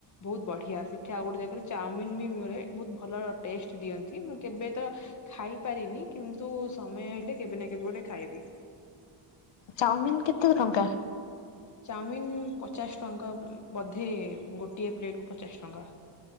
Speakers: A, on the left (about 35°); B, on the left (about 65°).
A: ବହୁତ ବଢିଆ! ସେଠି ଆଉ ଗୋଟେ ଜାଗାରେ ଚାଉମିନ ବି ମିଳେ। ବହୁତ ଭଲ ଟେଷ୍ଟ ଦିଅନ୍ତି। ମୁଁ କେବେ ତ ମୁଁ ଖାଇପାରିନି। କିନ୍ତୁ ସମୟ ହେଲେ କେବେ ନା କେବେ ଗୋଟେ ଖାଇବି?
B: ଚାଉମିିନ୍ କେତେ ଟଙ୍କା?
A: ଚାଓମିିନ୍ ପଚାଶ ଟଙ୍କା ବଧେ-ଏ, ଗୋଟିଏ ପ୍ଲେଟକୁ ପଚାଶ ଟଙ୍କା।